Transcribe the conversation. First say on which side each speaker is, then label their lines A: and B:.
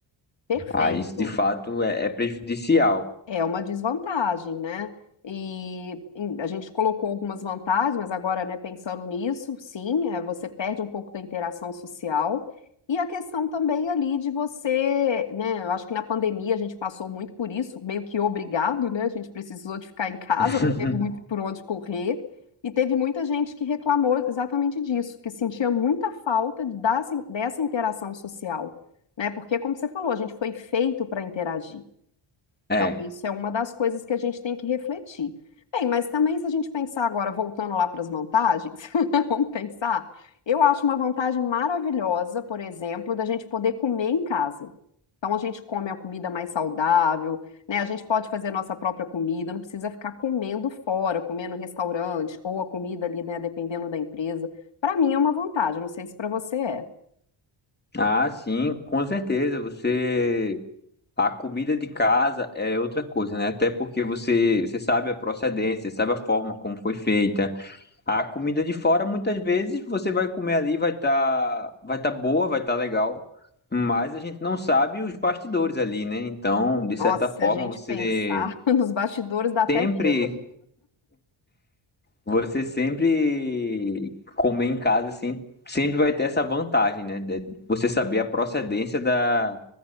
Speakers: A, on the left; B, on the left.
A: Perfeito.
B: ah, isso de fato é, é prejudicial.
A: É uma desvantagem, né? E em- a gente colocou algumas vantagens, mas agora, né, pensando nisso, sim, é, você perde um pouco da interação social. E a questão também ali de você, né, eu acho que na pandemia a gente passou muito por isso, meio que obrigado, né? A gente precisou de ficar em casa,
B: <laughs>
A: não teve muito por onde correr. E teve muita gente que reclamou exatamente disso, que sentia muita falta dessa dessa interação social, né? Porque, como você falou, a gente foi feito para interagir.
B: É.
A: Então, isso é uma das coisas que a gente tem que refletir. Bem, mas também se a gente pensar agora, voltando lá para as vantagens, <laughs> vamos pensar, eu acho uma vantagem maravilhosa, por exemplo, da gente poder comer em casa. Então a gente come a comida mais saudável, né? A gente pode fazer nossa própria comida, não precisa ficar comendo fora, comendo em restaurante ou a comida ali, né, dependendo da empresa. Para mim é uma vantagem, não sei se para você é.
B: Ah, sim, com certeza. Você. A comida de casa é outra coisa, né? Até porque você, você sabe a procedência, você sabe a forma como foi feita. A comida de fora, muitas vezes, você vai comer ali, vai estar vai tá boa, vai estar legal, mas a gente não sabe os bastidores ali, né? Então, de
A: Nossa,
B: certa
A: se
B: forma,
A: a gente
B: você
A: pensar <laughs> nos bastidores dá até
B: sempre,
A: medo.
B: você sempre comer em casa, assim, sempre vai ter essa vantagem, né? De você saber a procedência da,